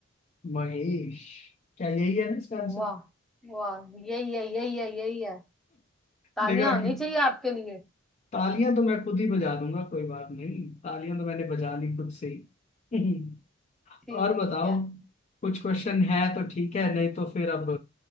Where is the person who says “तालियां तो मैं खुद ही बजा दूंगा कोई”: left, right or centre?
Left